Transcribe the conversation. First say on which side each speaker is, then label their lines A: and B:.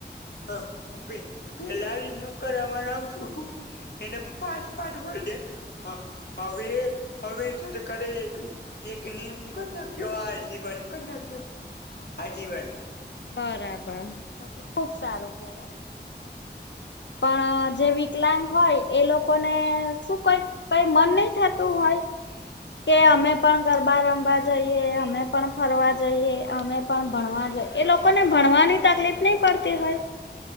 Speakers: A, on the left; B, on the left.
A: હા પેલાનું એને પાંચ-પાંચ વરસે હવે હવે સરકારે એક નિયમ કરી નાખ્યો આજીવન કર નાખ્યો આજીવન.
B: બરાબર, તો તો ખુબ સારું કેવાય. પણ જે વિકલાંગ હોય એ લોકોને શું કઈ મન નહી થતું હોય?
A: <inaudible>
B: કે અમે પણ ગરબા રમવા જઈએ, અમે પણ ફરવા જઈએ, અમે પણ ભણવા જોઈએ એ લોકોને ભણવાની તકલીફ નહી પડતી હોય?